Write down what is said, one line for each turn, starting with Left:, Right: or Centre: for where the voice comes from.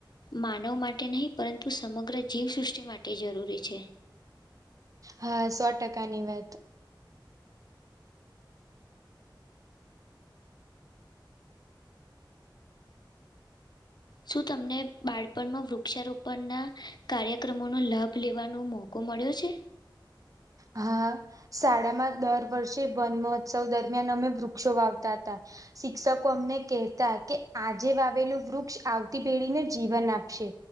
Left: માનવ માટે નહીં પરંતુ સમગ્ર જીવસૃષ્ટિ માટે જરૂરી છે.
Right: હા સો ટકાની વાત
Left: શું તમને બાળપણમાં વૃક્ષારોપણના કાર્યક્રમોનો લાભ લેવાનો મો કો મળ્યો છે?
Right: હા શાળામાં દર વર્ષે વન મહોત્સવ દરમિયાન અમે વૃક્ષો વાવતાતા. શિક્ષકો અમને કહેતા કે આજે વાવેલું વૃક્ષ આવતી પેઢીને જીવન આપશે